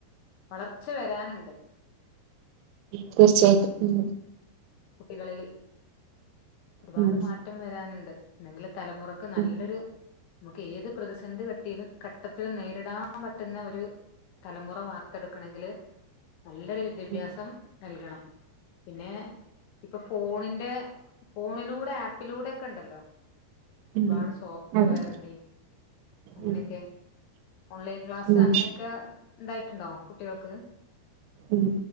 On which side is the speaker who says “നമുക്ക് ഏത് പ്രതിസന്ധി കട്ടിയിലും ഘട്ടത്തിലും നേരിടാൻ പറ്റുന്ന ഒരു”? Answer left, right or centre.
Left